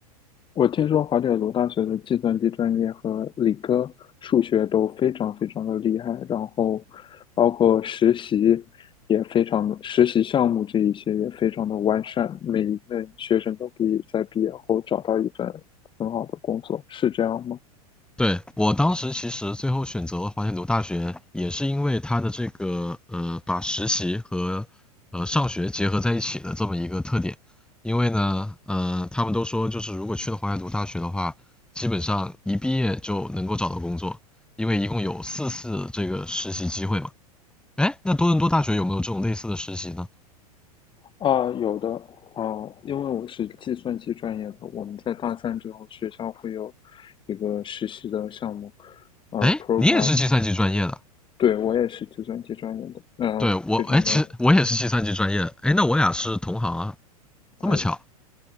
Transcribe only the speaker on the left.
我听说华铁卢大学的计算机专业和理科数学都非常非常的厉害，然后包括实习也非常的，实习项目这一些也非常的完善，每一位学生都可以在毕业后找到一份很好的工作，是这样吗？
啊，有的，啊，因为我是计算机专业的，我们在大三之后学校会有一个实习的项目，呃，program。
对，我也是计算机专业的，嗯、
非常的
哎，